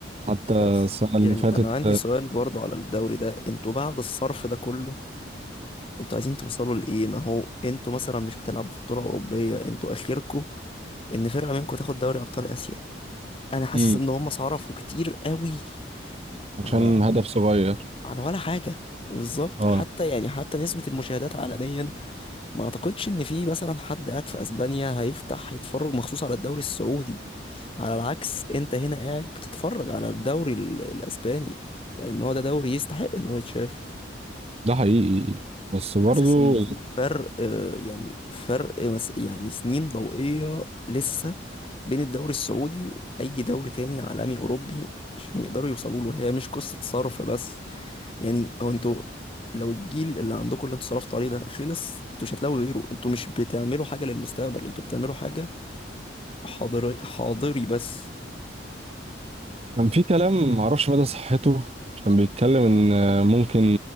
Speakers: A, on the right; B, on the left.
A: حتى
B: بس
A: السنة اللي
B: يعني
A: فاتت
B: انا عندي سؤال برضه على الدوري ده انتوا بعد الصرف ده كله انتوا عايزين توصلوا لايه ما هو انتوا مثلا مش بتلعبوا في بطولة أوروبية انتوا اخركوا ان فرقة منكم تاخد دوري ابطال اسيا انا حاسس
A: مم.
B: ان هم صرفوا كتير قوي
A: عشان
B: على
A: هدف صغير
B: على ولا حاجة بالظبط
A: اه
B: حتى يعني حتى نسبة المشاهدات عالميا ما اعتقدش ان في مثلا حد قاعد في اسبانيا هيفتح يتفرج مخصوص على الدوري السعودي على العكس انت هنا قاعد بتتفرج على الدوري ال- الاسباني لان هو ده دوري يستحق ان هو يتشاف
A: ده حقيقي بس برضو
B: حاسس ان في فرق آه، يعني فرق مس- يعني سنين ضوئية لسه بين الدوري السعودي واي دوري تاني عالمي اوروبي عشان يقدروا يوصلوا له هي مش قصة صرف بس يعني هو انتوا لو الجيل اللي عندكم اللي انتوا صرفتوا عليه ده خلص انتوا مش هتلاقوا غيره انتوا مش بتعملوا حاجة للمستقبل انتوا بتعملوا حاجة حاضري حاضري بس
A: كان في كلام معرفش مدى صحته كان بيتكلم إن ممكن